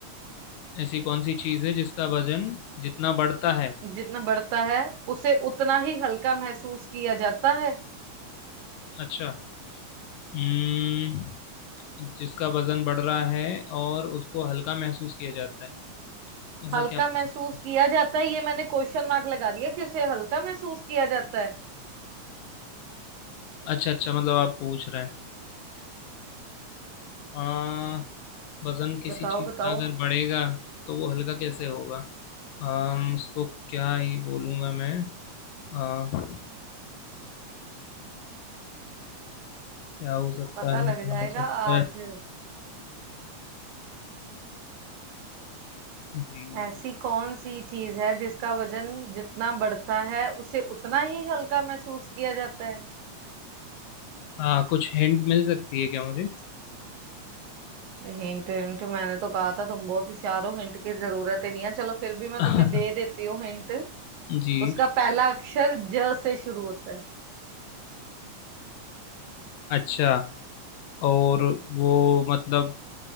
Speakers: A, on the left; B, on the right.
A: ऐसी कौन सी चीज़ है जिसका वजन जितना बढ़ता है
B: जितना बढ़ता है उसे उतना ही हल्का महसूस किया जाता है
A: अच्छा हम्म जिसका वजन बढ़ रहा है और उसको हल्का महसूस किया जाता है ऐसा
B: हल्का
A: क्या हो
B: महसूस
A: सकता है
B: किया जाता है ये मैंने क्वेश्चन मार्क लगा दिया कि उसे हल्का महसूस किया जाता है
A: अच्छा अच्छा मतलब आप पूछ रहे हैं हम्म वजन किसी
B: बताओ
A: चीज
B: बताओ
A: का अगर बढ़ेगा तो वो हल्का कैसे होगा अम उसको क्या ही बोलूँगा मैं अ, क्या हो सकता
B: पता
A: है
B: लग
A: क्या
B: जाएगा
A: हो सकता
B: आज
A: है जी
B: ऐसी
A: जी
B: कौन सी चीज है जिसका वजन जितना बढ़ता है उसे उतना ही हल्का महसूस किया जाता है
A: आ, कुछ हिंट मिल सकती है क्या मुझे
B: हिंट हिंट मैंने तो कहा था तुम बहुत होशियार हो हिंट की जरूरत ही नहीं है चलो फिर भी मैं
A: <laughs>
B: तुम्हें दे देती हूँ हिंट
A: जी
B: उसका पहला अक्षर ज से शुरू होता है
A: अच्छा और वो मतलब